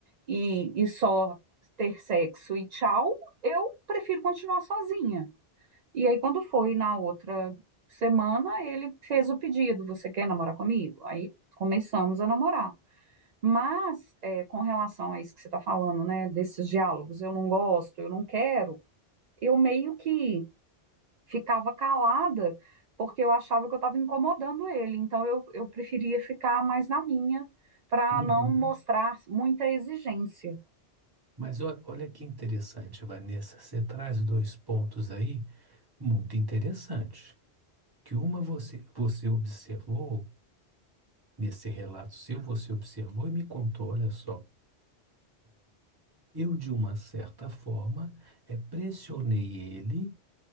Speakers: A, on the right; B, on the right.
A: e, e só ter sexo e tchau, eu prefiro continuar sozinha. E aí, quando foi na outra semana, ele fez o pedido: Você quer namorar comigo? Aí começamos a namorar. Mas, é, com relação a isso que você está falando, né, desses diálogos, eu não gosto, eu não quero, eu meio que ficava calada, porque eu achava que eu estava incomodando ele. Então, eu, eu preferia ficar mais na minha, para
B: Uhum.
A: não mostrar muita exigência.
B: Mas olha, olha que interessante, Vanessa. Você traz dois pontos aí muito interessantes. Que uma você, você observou, nesse relato seu, você observou e me contou, olha só. Eu, de uma certa forma, é, pressionei ele